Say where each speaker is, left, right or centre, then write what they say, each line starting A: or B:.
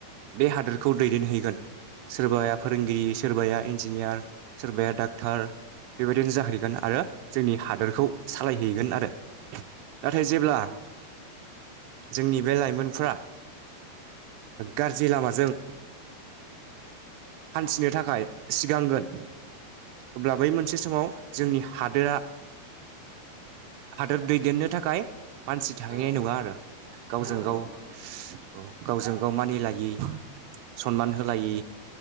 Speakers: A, on the right; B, on the right.
A: बे हादोरखौ दैदेनहैगोन। सोरबाया
B: औ
A: फोरोंगिरि सोरबाया इन्जिनियार सोरबाया डाक्थार बेबायदिनो जाहैगोन आरो जोंनि हादोरखौ सालाय हैगोन आरो नाथाय जेब्ला। जोंनि बे लाइमोनफ्रा गाज्रि लामाजों। हान्थिनो थाखाय सिगांगोन अब्ला बै मोनसे समाव जोंनि हादोरा हादोर दैदेननो थाखाय। मानसि थाहैनाय
B: औ
A: नङा आरो गावजों
B: औ
A: गाव
B: औ
A: औ गावजों गाव मानिलायि सनमान होलायि।